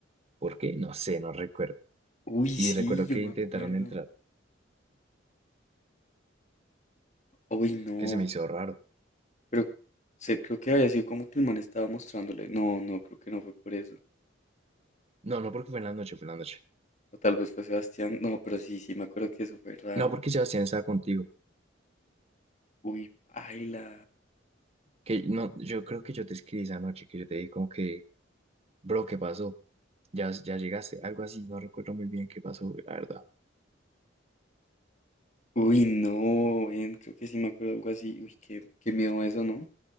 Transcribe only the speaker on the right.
¿Por qué? No sé, no recuerdo.
Y
recuerdo
que
intentaron
entrar,
que se me hizo raro.
No, no porque fue en la noche, fue en la noche.
No, porque Sebastián estaba contigo.
Que no, yo creo que yo te escribí esa noche, que yo te dije como que, bro, ¿qué pasó? Ya, ya llegaste, algo así, no recuerdo muy bien qué pasó, la verdad.